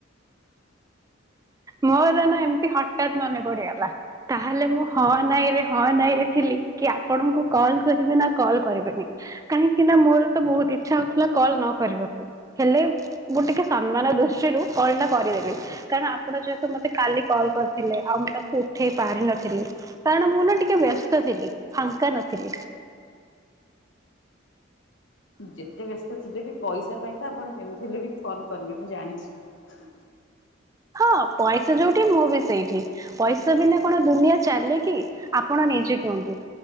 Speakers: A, on the left; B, on the right.
A: <inaudible>
B: ମୋର ନା ଏମିତି ହଠାତ ମନେ ପଡିଗଲା। ତାହେଲେ ମୁଁ ହଁ ନାଇଁ ରେ ହଁ ନାଇଁ ରେ ଥିଲି କି ଆପଣଙ୍କୁ କଲ କରିଵି ନା କଲ୍ କରିବିନି। କାହିଁକି ନା ମୋର ତ ବହୁତ ଇଚ୍ଛା ହଉଥିଲା କଲ୍ ନ କରିବାକୁ। ହେଲେ ମୁଁ ଗୋ ଟିକେ ସମ୍ମାନ ଦୃଷ୍ଟିରୁ କଲ୍ ଟା କରିଦେବି କାରଣ ଆପଣ ଯେହେତୁ ମତେ କାଲି କଲ କରିଥିଲେ ଆଉ ମୁଁ ତାକୁ ଉଠେଇ ପାରି ନଥିଲି। କାରଣ ମୁଁ ନା ଟିକେ ବ୍ୟସ୍ତ ଥିଲି ଫାଙ୍କା ନଥିଲି।
A: ଯେତେ ବ୍ୟସ୍ତ ଥିଲେ ବି ପଇସା ପାଇଁ ତ ଆପଣ ଯେମିତି ହେଲେ ବି ଫୋନ୍ କରିବେ ମୁଁ ଜାଣିଛି।
B: ହଁ ପଇସା ଯୋଉଠି ମୁଁ ବି ସେଇଠି। ପଇସା ବିନା କଣ ଦୁନିଆ ଚାଲେ କି ଆପଣ ନିଜେ କୁହନ୍ତୁ?